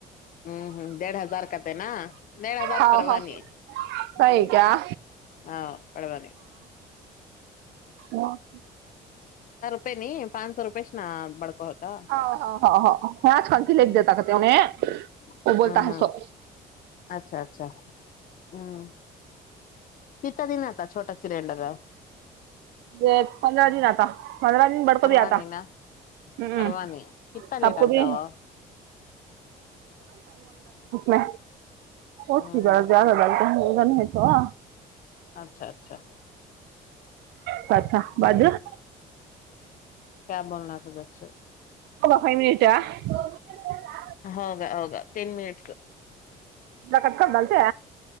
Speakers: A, on the left (about 55°); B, on the right (about 80°).
A: ہوں ہ دھ ہزار کتے نا دڑ ہزار
B: ہاؤ
A: پوانی
B: ہاؤ
A: ہ
B: صحیح
A: ہ
B: کیا
A: ہاں پوانی <unintelligible>
B: آ <inaudible>
A: پ نہیں <inaudible> پانچ سو روپی سے نا بڑکا ہوتا
B: ہاں ہاں ہاں آج کل
A: ہ
B: کی لے
A: ہ
B: دیتا کہتے انہیں وہ بولتا ہے
A: ہاں
B: سو
A: اچھا اچھا <unintelligible> ہوں کت دن آ تھا چھوٹا سلیڈر
B: یہ پندرہ دن آتا پندرہ دن بڑ
A: پروا
B: کو بھی آتا
A: نہیں نا
B: ہ
A: پروا نہیں کتنا لیٹر
B: آب کو بھیال
A: کا وہ
B: میں ہوتی
A: ہ ہ
B: ب ج رہا ب جان آئیتوا
A: اچھا اچھا
B: ج پھا
A: ہوں
B: بجر ہی
A: کیا بولنا تھا بیچھ
B: وہ بخائی منٹا <unintelligible>
A: ہوگا ہوگا ٹین منٹس
B: اللہ کتکنلتے